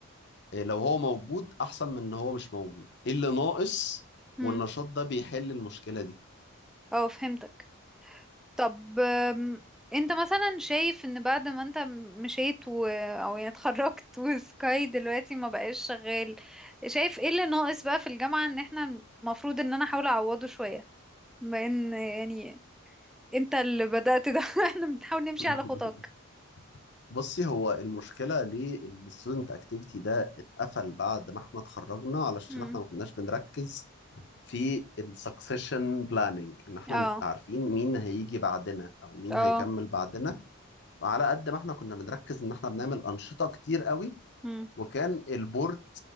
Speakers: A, on the left (about 50°); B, in the centre.
A: إيه لو هو موجود احسن من ان هو مش موجود ايه اللي ناقص
B: امم
A: والنشاط ده بيحل المشكله دي
B: اه فهمتك طب أم، انت مثلا شايف ان بعد ما انت مشيت و... او يعني اتخرجت <laughs> وسكاي دلوقتي ما بقاش شغال شايف ايه اللي ناقص بقى في الجامعة ان احنا المفروض ان انا احاول اعوضه شوية بما ان يعني انت اللي بدأت ده <laughs> احنا بنحاول نمشي
A: <laughs>
B: على خطاك
A: بصي هو المشكلة ليه الستودنت اكتيفيتي ده اتقفل بعد ما احنا اتخرجنا علشان
B: امم
A: احنا ما كناش بنركز في السكسيشن بلاننج ان احنا
B: اه
A: مت- عارفين مين هيجي بعدنا او مين
B: اه
A: هيكمل بعدنا وعلى قد ما احنا كنا بنركز ان احنا بنعمل انشطة كتير قوي
B: امم
A: وكان البورد